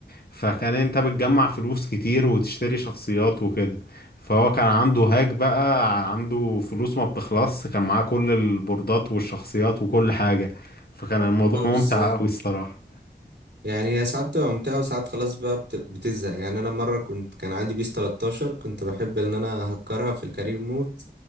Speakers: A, on the left; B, on the right.
A: فكان انت بتجمع فلوس كتير وتشتري شخصيات وكده فهو كان عنده هاك بقى عنده فلوس ما بتخلص كان معاه كل البوردات والشخصيات وكل حاجه فكان الموضوع
B: اه بالظبط
A: ممتع قوي الصراحه
B: يعني هي ساعات بتبقى ممتعة وساعات خلاص بقى بت- بتزهق يعني انا مرة كنت كان عندي بيس 13 كنت بحب ان انا اهكرها في الكارير مود